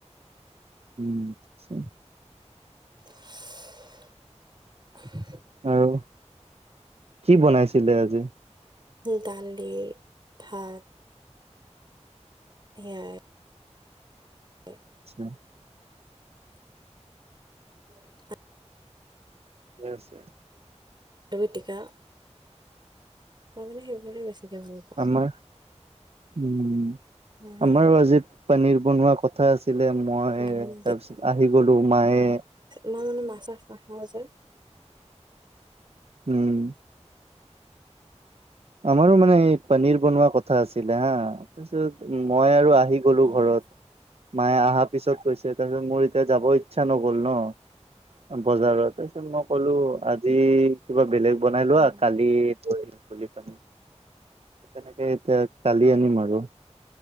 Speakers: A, on the right; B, on the right.
A: উম <unintelligible>
B: <inaudible> <inaudible>
A: আৰু, কি বনাইছিলে আজি?
B: দালি, ভাত সেয়াই এ
A: আচ্ছা।
B: <inaudible>
A: ঠিকে আছে।
B: -পিটিকা। মই মানে সেইবোৰে বেছিকে ভাল পা
A: আমাৰ, উম।
B: উম,
A: আমাৰো আজি পনীৰ বনোৱা কথা আছি -লে মই
B: বহুত
A: তাৰপিছত আহি গলো। মায়ে
B: নহয় মানে, মাছ -চাছ নাখাওঁ যে।
A: উম। আমাৰো মানে এই পনীৰ বনোৱা কথা আছিলে, হা তাৰপিছত মই আৰু আহি গলোঁ
B: অ',
A: ঘৰত। মায়ে অহা পিছত কৈছে। তাৰপিছত মোৰ এতিয়া যাব ইচ্ছা নগ'ল ন -বজাৰত। তাৰপিছত মই কলো, আজি কিবা বেলেগ বনাই লোৱা।
B: উম।
A: কালি লৈ আহিম বুলি পেলাই। তেনেকে এতিয়া কালি আনিম আৰু।